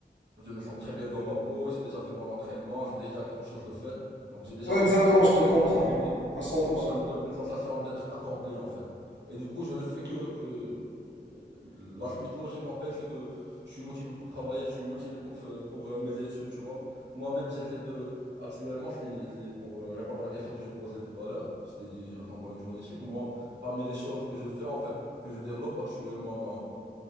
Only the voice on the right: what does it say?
Je me sens très bien dans ma peau, j'ai déjà fait mon entraînement, c'est déjà quelque chose de fait. Donc j'ai déjà
accompli
quelque
chose dans ma journée.
Tu vois, ça me donne une sensation d'être accompli en fait. Et du coup, je ne fais que, que... euh, La suite logique en fait, c'est que je suis motivé pour travailler, je suis motivé pour, fa- pour euh, mes études, tu vois. Moi-même, j'essaie de... Actuellement, c'est c'est pour euh, répondre à la question que je posais tout à l'heure, je t'ai dit, raconte-moi une journée type. Moi, parmi les choses que je fais en fait, que je développe actuellement